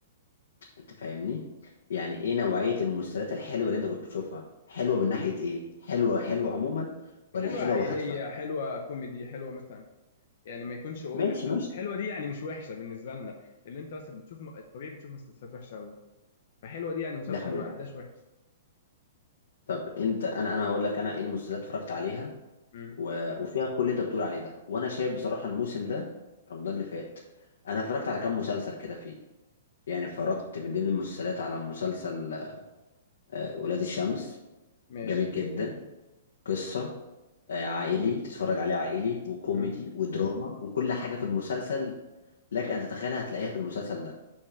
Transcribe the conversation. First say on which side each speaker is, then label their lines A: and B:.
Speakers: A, on the left; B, on the left.
A: انت فاهمني يعني ايه نوعية المسلسلات الحلوة اللي انت كنت بتشوفها حلوة من ناحية ايه حلوة حلوة عموما ولا
B: حلوه
A: حلوة
B: عائليه
A: وهادفة
B: حلوه كوميدي حلوه مثلا يعني ما يكونش أو-
A: ماشي ماشي
B: حلوه دي يعني مش وحشه بالنسبه لنا لان انت مثلا بتشوف الطبيعي بتشوف مسلسلات وحشه قوي فحلوه دي يعني مسلسل
A: ده حقيقي
B: ما عداش وحش
A: طب انت انا انا هقول لك انا ايه المسلسلات اتفرجت عليها
B: امم
A: و... وفيها كل اللي انت بتقول عليه ده وانا شايف بصراحة الموسم ده رمضان اللي فات انا اتفرجت على كام مسلسل كده فيه يعني اتفرجت من ضمن المسلسلات على مسلسل آه، ولاد الشمس
B: ماشي
A: جميل جدا قصة آه، عائلي تتفرج عليه عائلي وكوميدي
B: امم
A: ودراما وكل حاجة في المسلسل لك أن تتخيلها هتلاقيها في المسلسل ده